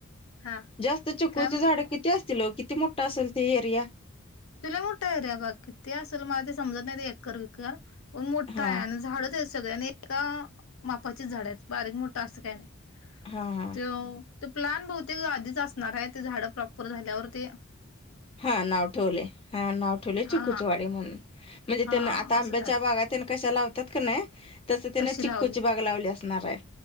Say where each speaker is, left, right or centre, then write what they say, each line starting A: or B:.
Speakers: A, on the left; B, on the left.
A: हा
B: जास्त चुकूची
A: काय म्हण
B: झाड किती असतील ओ किती मोठा असेल ते एरिया.
A: तुला मोठा आहे रे बघ किती असल मला ते समजत नाही ते एकर वीकर पण मोठा
B: हां,
A: आहे आणि झाडच आहेस सगळ्यांनी एका मापाची झाड आहेत बारीक मोठ अस काही काय नाही.
B: हा हा
A: तोय तो प्लाॅन बहुतेक आधीच असणार आहे ते झाड प्रॉपर झाल्यावरती
B: हा नाव ठेवले हा नाव ठेवले
A: हा
B: चुकूचीवाडी म्हणून म्हणजे
A: हा
B: त्या आता आंब्याच्या
A: असं झालंय
B: बागात कशा लावतात का नाही? तसं त्याने
A: तशी
B: चिक्कूची
A: लावलीत.
B: बाग लावली असणार आहे.